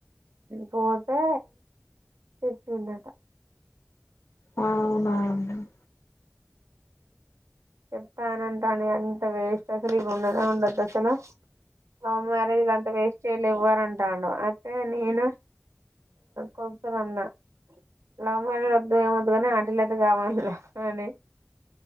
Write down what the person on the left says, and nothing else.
ఆ అవునాండి <inaudible>